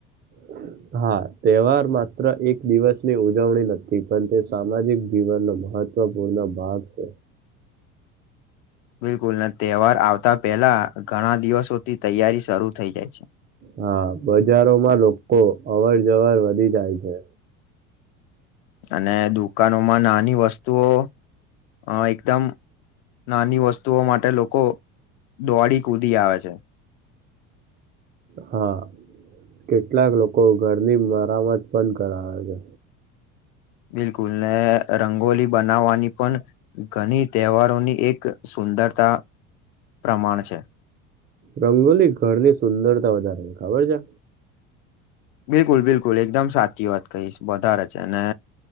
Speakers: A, on the right; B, on the left.
A: <inaudible> હા તહેવાર માત્ર એક દિવસની ઉજવણી નથી પણ તે સામાજિક જીવનનો મહતપૂર્ણ ભાગ છે.
B: બિલકુલ ને તહેવાર આવતા પહેલા ઘણા દિવસોથી તૈયારી શરૂ થઈ જાય છે.
A: હા બજારોમાં લોકો અવર જવર વધી જાય છે.
B: અને દુકાનોમાં નાની વસ્તુઓ અ એકદમ નાની વસ્તુઓ માટે લોકો દોડી કૂદી આવે છે.
A: હા કેટલાક લોકો ઘરની મરામત પણ કરાવે
B: બિલકુલ ને રંગોલી બનાવવાની પણ ઘણી તહેવારોની એક સુંદરતા પ્રમાણ છે.
A: રંગોલી ઘરની સુંદરતા વધારે ખબર છે.
B: બિલકુલ બિલકુલ એકદમ સાચી વાત કહીશ વધારે છે ને